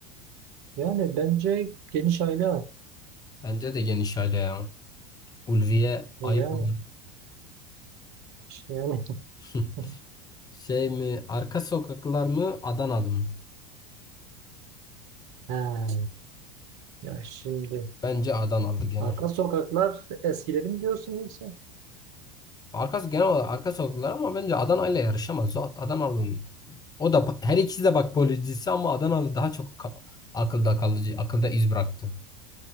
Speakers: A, on the right; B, on the left.
A: Yani bence geniş aile.
B: Bence de geniş aile ya. Ulviye
A: E
B: ayıp
A: yani.
B: olur.
A: işte yani.
B: <laughs>
A: <laughs>
B: Şey mi? Arka sokaklar mı? Adanalı mı?
A: Ha, ya şimdi
B: Bence Adanalı gene.
A: arka sokaklar eskileri mi diyorsun yoksa?
B: Arkası genel olarak arka sokaklar ama bence Adana ile yarışamaz. O Adanalı'nın o da pa- her ikisi de bak policisi ama Adanalı daha çok ka- akılda kalıcı, akılda iz bıraktı.